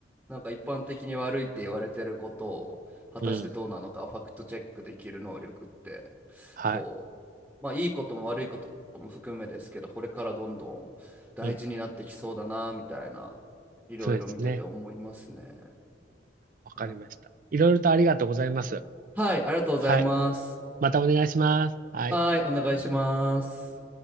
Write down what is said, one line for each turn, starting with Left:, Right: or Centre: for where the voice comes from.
Centre: なんか一般的に悪いって言われてることを果たしてどうなのかファクトチェックできる能力って
Right: うん。はい。
Centre: こうまあいいことも悪いことも含めですけどこれからどんどん大事になってきそうだなみたいな
Right: うん。
Centre: いろいろ見てて思いますね。
Right: そうですね。わかりました。
Centre: はい、
Right: いろいろとありがとうございます。
Centre: はいありがとうございます。
Right: はい。またお願いします。はい。
Centre: はい、お願いします。